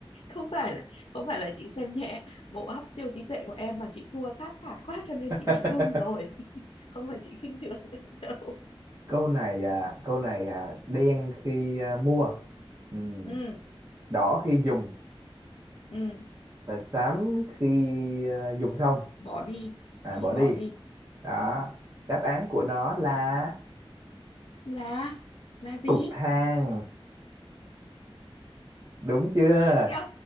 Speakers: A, on the left (about 70°); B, on the right (about 35°).
A: không phải là không phải là chị xem nhẹ bộ óc siêu trí tuệ của em mà chị thua sát phạt quá cho nên
B: <laughs>
A: chị bị run rồi <laughs> không phải chị khinh thường <laughs> đâu
B: câu này à, câu này à, đen khi à, mua ừm,
A: ừ
B: đỏ khi dùng
A: ừ
B: và xám khi à, dùng xong
A: bỏ đi
B: à
A: khi
B: bỏ
A: bỏ
B: đi
A: đi
B: đó
A: ừ
B: đáp án của nó là
A: là là gì
B: cục than đúng chưa
A: Thấy